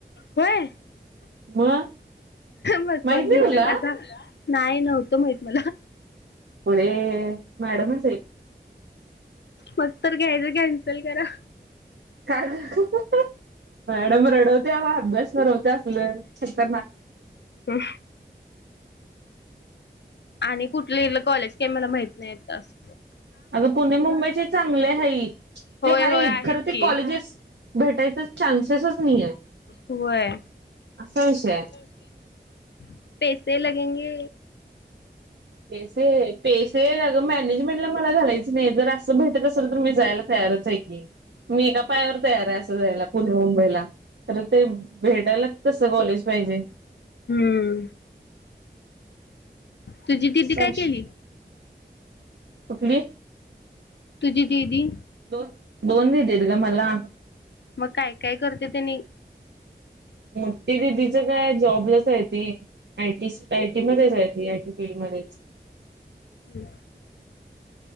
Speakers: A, on the left; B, on the right.
A: होय
B: मग
A: मग
B: माहित
A: कोण घेऊ
B: नाही तुला?
A: नका अस नाही नव्हतं माहित मला
B: म्ह मॅडमणचई.
A: मग तर घ्यायचं कॅन्सल करा.
B: का का मॅडम रडवतेवा अभ्यास करवते असल खत
A: हम आणि कुठले कॉलेज काही मला माहित नाही तस
B: अगं पुणे मुंबईचे चांगले आहेत ते
A: होय
B: ह
A: होय आहेत
B: खरं ते
A: की
B: कॉलेजेस भेटायचा चान्सेसच नाही आहे
A: हो आहे
B: असं विषय
A: <inaudible> पैसे लगेगे
B: पसे प ते अ गं मॅनेजमेंटला मला घालायचं नाही जर असं भेटत असेल तर मी जायला तयारच आहे की मी एका पायावर तयार आहे असं जायला पुणे मुंबईला अर ते भेटायलाच तस कॉलेज पाहिजे
A: हम्म तुझी दिीदी
B: असा
A: काय केली
B: उठली
A: तुझी दिदी
B: दोन दोन नाही देत ग मला
A: मग काय काय करते त्यांनी
B: मो दिदीचं काय जॉबला त आयी आयटी मध्येच आहे ती आयटी फीलड मध्येच
A: हो